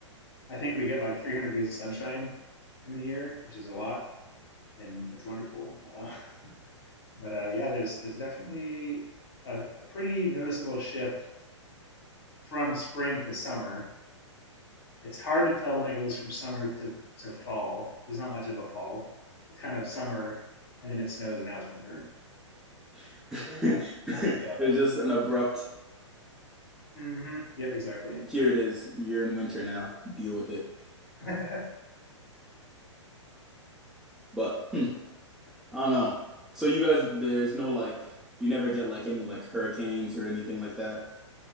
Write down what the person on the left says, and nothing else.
I think we get like 300 days of sunshine in the year, which is a lot, and it's wonderful. Uh, but uh, yeah, there's there's definitely a, a pretty noticeable shift from spring to summer. It's hard to tell when it goes from summer to to fall. There's not much of a fall. It's kind of summer, and then it snows, and now it's winter.
Uh, so,
hmm yep, exactly.
<laughs>